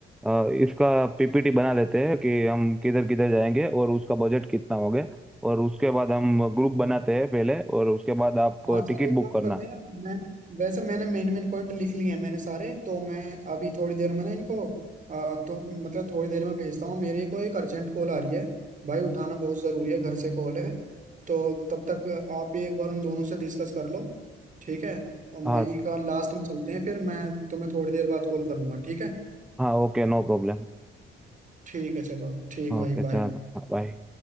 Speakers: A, in the centre; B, on the right (about 40°).
A: अ, इसका पीपीटी बना लेते हैं कि हम किधर किधर जाएंगे और उसका बजट कितना हो गया और उसके बाद हम ग्रुप
B: हाँ
A: बनाते हैं पहले और उसके बाद आप
B: हाँ चल
A: टिकट
B: एक
A: बुक
B: काम
A: करना
B: करते हैं मैं वैसे मैंने मेन मेन पॉइंट लिख लिए हैं मैंने सारे तो मैं अभी थोड़ी देर में ना इनको आ, तो मतलब थोड़ी देर में भेजता हूँ मेरे को एक अर्जेंट कॉल आ रही है भाई उठाना बहुत जरूरी है घर से कॉल है तो तब तक आप ये एक बार उन दोनों से डिस्कस कर लो ठीक है और
A: हाँ
B: मई का लास्ट में चलते हैं फिर मैं तुम्हें थोड़ी देर बाद कॉल करूंगा ठीक है
A: हाँ ओके नो प्रॉब्लम
B: ठीक है चलो ठीक है भाई
A: ओके चलो
B: बाय
A: बाय